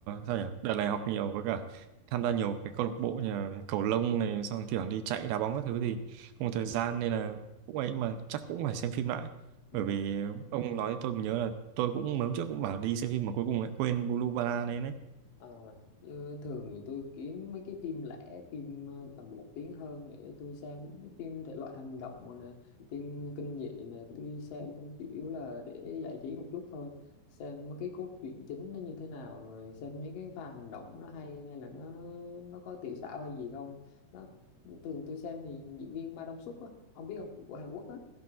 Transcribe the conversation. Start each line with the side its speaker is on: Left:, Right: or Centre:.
Right: sao nhỉ đợt này học nhiều với cả tham gia nhiều cái câu lạc bộ như là cầu lông này xong kiểu đi chạy đá bóng các thứ thì không có thời gian nên là cũng ấy mà chắc cũng phải xem phim lại
Left: ừ.
Right: bởi vì ông nói tôi mới nhớ là tôi cũng mấy hôm trước cũng bảo đi xem phim mà cuối cùng lại quên Blue Banana đấy đấy
Left: Ờ, như thường thì tôi kiếm mấy cái phim lẻ phim ờ, tầm một tiếng hơn để tôi xem Cái phim thể loại hành động rồi nè phim kinh dị nè tôi xem chủ yếu là để giải trí một chút thôi xem mấy cái cốt truyện chính nó như thế nào rồi xem những cái pha hành động nó hay hay là nó nó có tiểu xảo hay gì không đó thường tôi xem thì diễn viên Ma Dong Suk á ông biết không của Hàn Quốc á